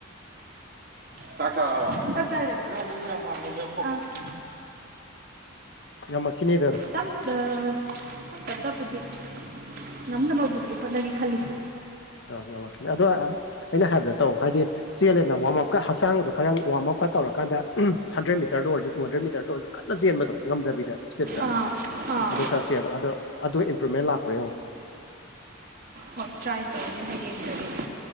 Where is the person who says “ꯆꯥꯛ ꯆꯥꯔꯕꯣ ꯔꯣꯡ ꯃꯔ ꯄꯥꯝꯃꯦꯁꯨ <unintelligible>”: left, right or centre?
Right